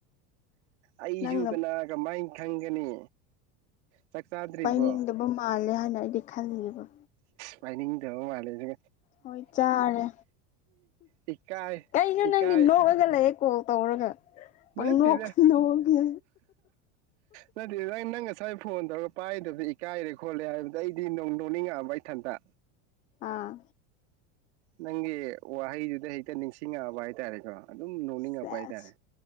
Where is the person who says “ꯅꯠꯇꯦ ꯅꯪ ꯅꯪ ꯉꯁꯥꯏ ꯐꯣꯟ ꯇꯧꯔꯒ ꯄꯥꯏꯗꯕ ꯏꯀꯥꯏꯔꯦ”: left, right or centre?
Right